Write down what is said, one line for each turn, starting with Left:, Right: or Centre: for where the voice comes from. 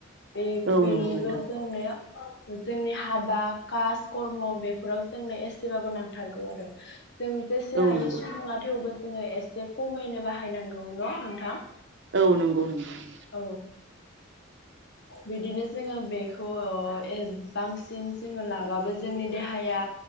Left: बे
Right: औ
Left: बेनिबो
Right: नंगौ नोंथां
Left: जोंनिया जोंनि हाबा, कास, कर्म बेफोराव जोंनो एसेबाबो नांथारगौ आरो। जों जेसे
Right: औ
Left: हायो
Right: नंगौ
Left: सुबुङा थेवबो जोङो एसे खमैनो बाहायनांगौ। न' नोंथां?
Right: औ नंगौ नोंथां।
Left: औ बिदिनो जोङो बेखौ ओ एजांसिन जोङो लाबाबो जोंनि देहाया